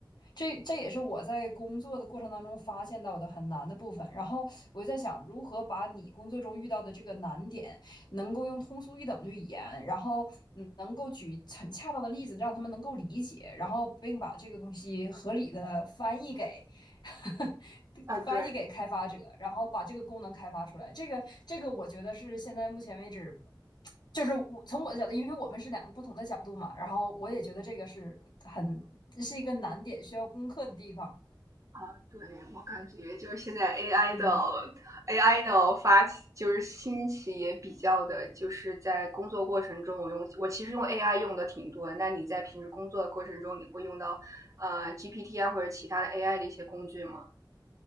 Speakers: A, on the left; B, on the right.
A: 这这也是我在工作的过程当中发现到的很难的部分。然后我就在想，如何把你工作中遇到的这个难点，能够用通俗易懂的语言，然后嗯能够举很恰当的例子，让他们能够理解，然后并把这个东西合理的翻译给 <laughs>
B: 啊，呃对
A: 翻译给开发者，然后把这个功能开发出来。这个这个，我觉得是现在目前为止。就是我从我的角度，因为我们是两个不同的角度嘛，然后我也觉得这个是很，是一个难点，需要攻克的地方。
B: 啊，呃对，我感觉就是现在 AI
A: 嗯。
B: 的 AI 的发起就是兴起也比较的，就是在工作过程中，我用我其实用 AI 用的挺多那你在平时工作的过程中，你会用到呃 GPT 啊或者其他的 AI 的一些工具吗？